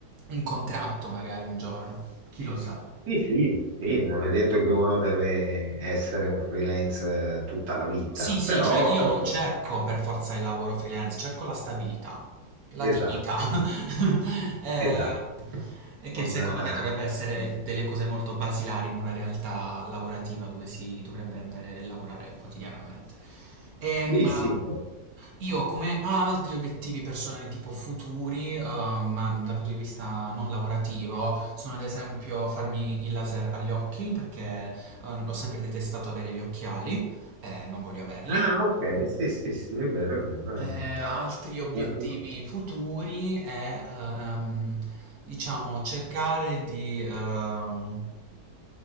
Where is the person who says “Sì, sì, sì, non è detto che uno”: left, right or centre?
Right